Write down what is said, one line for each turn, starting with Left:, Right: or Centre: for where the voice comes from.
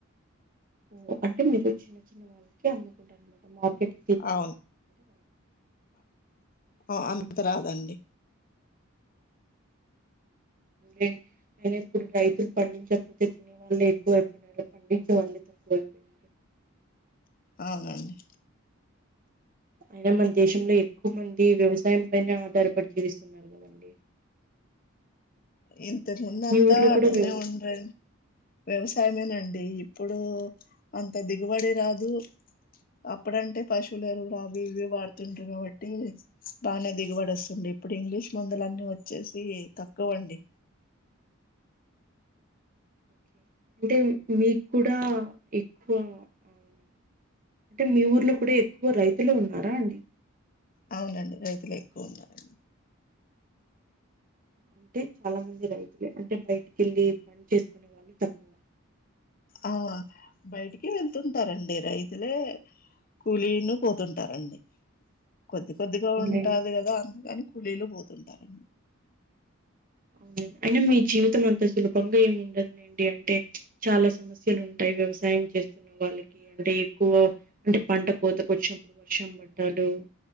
Right: ఓ అంటే మీరు చిన్న చిన్న వాళ్ళకే అమ్ముకుంటారనమాట మార్కెట్
Left: అవును
Right: ఓకే.
Left: ఆ అంత రాదండి.
Right: అడి అయిన ఇప్పుడు రైతులు పండించకపోతే తినే వాళ్ళే ఎక్కువ అయిపోయిన పండించే వాళ్ళే తక్కువ అైపోయినరు
Left: అవునండి
Right: అయినా మన దేశంలో ఎక్కువ మంది వ్యవసాయం పైనే ఆధారపడి జీవిస్తున్నారు కదండి
Left: ఎంతటోళ్ళు
Right: మీ
Left: అంత
Right: ఊర్లో కూడా
Left: అట్లనే
Right: వ్యవసాయం
Left: ఉండ్రండి వ్యవసాయమేనండి ఇప్పుడు అంత దిగుబడి రాదు అప్పుడంటే పశువుల ఎరువులు అవి ఇవి వాడుతుంటారు కాబట్టి బానే దిగుబడోస్తుంది ఇప్పుడు ఇంగ్లీష్ మందులన్నీ వచ్చేసి తక్కువండి
Right: ఓకే. అంటే మీకు కూడా ఎక్కువ ఆహ్ అంటే మీ ఊర్లో కూడా ఎక్కువ రైతులు ఉన్నారా అండి
Left: అవునండి రైతులే ఎక్కువ ఉన్నారు
Right: అంటే చాలా మంది రైతులే అంటే బయటికి వెళ్ళి పని చేసుకునే వాళ్ళు తక్కువ
Left: ఆ బయటికి వెళ్తుంటరండి రైతులే కూలీను పోతుంటారండి కొద్ది కొద్దిగా
Right: అవునులెండి.
Left: ఉంటది కదా అందుకని కూలీలు పోతుంటరు
Right: అవునండి అయినా మీ జీవితం అంత సులభంగా ఏమి ఉండదులేండి అంటే చాలా సమస్యలు ఉంటాయి వ్యవసాయం చేస్తున్న వాళ్ళకి అంటే ఎక్కువ అంటే పంట కోతకు వచ్చినప్పుడు వర్షం పడ్డాలు